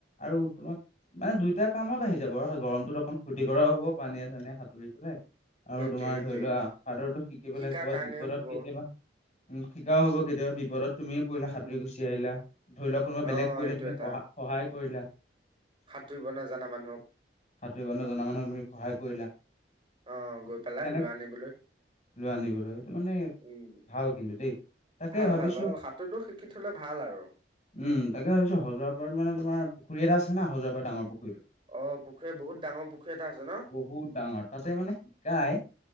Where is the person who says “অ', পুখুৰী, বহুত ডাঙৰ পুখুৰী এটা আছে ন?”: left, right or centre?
Right